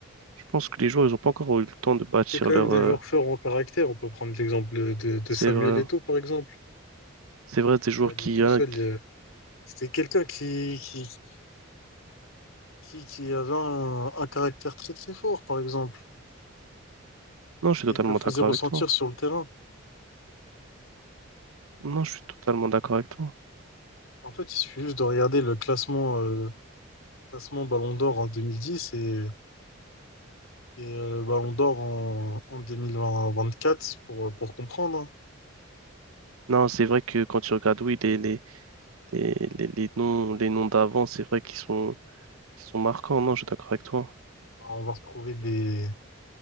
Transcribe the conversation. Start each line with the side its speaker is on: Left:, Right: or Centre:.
Right: Je pense que les joueurs, ils n'ont pas encore eu le temps de bâtir
Left: C'est quand
Right: leur.
Left: même des
Right: euh,
Left: joueurs forts en caractère. On peut prendre l'exemple de, de
Right: c'est
Left: Samuel
Right: vrai,
Left: Eto'o, par exemple,
Right: c'est vrai, des joueurs
Left: qui à lui
Right: qui,
Left: tout
Right: hein,
Left: seul...
Right: qui-
Left: euh, c'était quelqu'un qui, qui, qui, qui avait un, un caractère très très fort, par exemple,
Right: Non, je suis
Left: et
Right: totalement
Left: il te le faisait
Right: d'accord
Left: ressentir
Right: avec toi.
Left: sur le terrain.
Right: Non, je suis totalement d'accord avec toi.
Left: En fait, il suffit juste de regarder le classement, euh, classement Ballon d'Or en 2010 et, et euh, le Ballon d'Or en, en 2024 pour, euh, pour comprendre. hein.
Right: Non, c'est vrai que quand tu regardes, oui, les, les- Les, les, les noms, les noms d'avant, c'est vrai qu'ils sont, qu'ils sont marquants. Non, je suis d'accord avec toi.
Left: On va retrouver des,